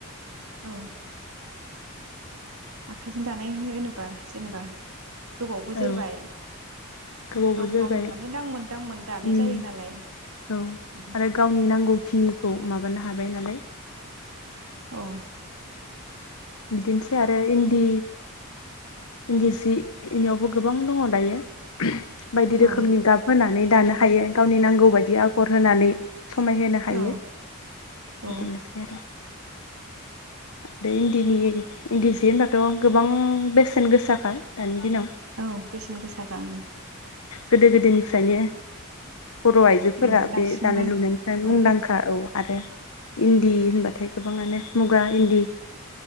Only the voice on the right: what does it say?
औ। आखाइजों दानाय हो-होनोबा जेनेबा गोबावबो
जोरबाय
गाव
गावनो माने दांमोन दांमोन दानाय
जायो नालाय
उम।
औ।
औ
औ औ
औ बेसेन गोसाखा ओं।
ओं दासिमबो
औ